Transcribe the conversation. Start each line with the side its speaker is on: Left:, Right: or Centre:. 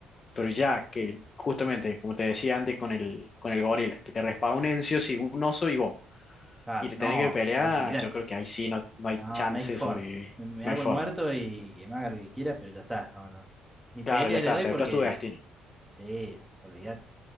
Left: Pero ya que justamente, como te decía antes con el, con el gorila, que te respawnen sí o sí un oso y vos,
Centre: Claro,
Left: y te
Centre: no,
Left: tenés que pelear,
Centre: olvídate.
Left: yo creo que ahí sí no, no hay
Centre: No,
Left: chance
Centre: no hay forma.
Left: de sobrevivir,
Centre: Me, me
Left: no
Centre: hago
Left: hay forma.
Centre: el muerto y que me haga lo que quiera, pero ya está. No, no. Ni pelea
Left: Claro, ya está,
Centre: le doy
Left: aceptas
Centre: porque,
Left: tu destino.
Centre: sí, olvídate.